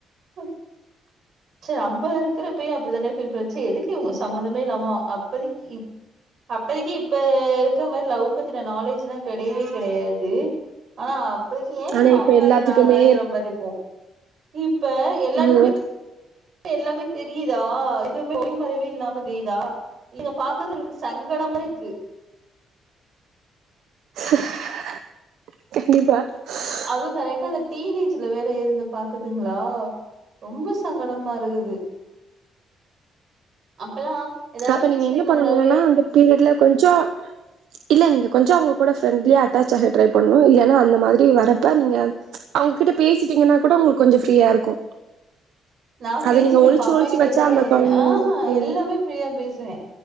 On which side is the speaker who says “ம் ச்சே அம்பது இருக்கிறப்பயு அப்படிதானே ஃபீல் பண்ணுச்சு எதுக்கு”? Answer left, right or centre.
Right